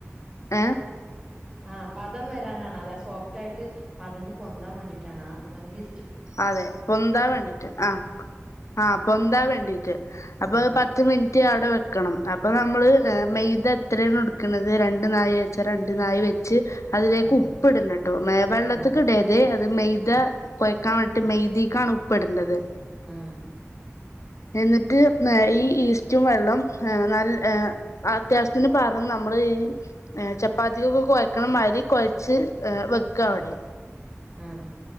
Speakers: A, on the left; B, on the right.
A: ഏ
B: ആ പദം വരാനാണ് അതാ സോഫ്റ്റായിട്ട് പതഞ്ഞ് പൊന്താൻ വേണ്ടിട്ടാണ് ആ മേ ഇ
A: അതെ പൊന്താൻ വേണ്ടിട്ട് ആ ആ പൊ ന്താൻ വേണ്ടീറ്റ് അപ്പദ്
B: ഉം
A: പത്ത് മിൻറ്റ് അവടെ വെക്കണം അപ്പ നമ്മള്
B: ഉം
A: മെയ്ത എത്രണോ ഇടക്ക്ണത് രണ്ട് നായി വെച്ച് രണ്ട് നായ് വെച്ച് അതിലേക്ക്
B: ആ
A: ഉപ്പ് ഇടണംട്ടോ മേ വെള്ളത്തിക്ക്
B: ആ
A: ഇടര്ത് അത് മെയ്ത
B: ആ
A: കൊയ ട്ട് മെയ്തീക്കാണ് ഉപ്പ്ടണ്ടത്.
B: ആ
A: എന്നിട്ട് ഈ ഈസ്റ്റും വെള്ളും നല്ല അത്യാവശ്യത്തിന് പാർന്ന് നമ്മള് ചപ്പാത്തികൊക്കെ കൊഴക്കണ മാതിരി കൊഴച്ച് വെക്ക അവടെ
B: ആ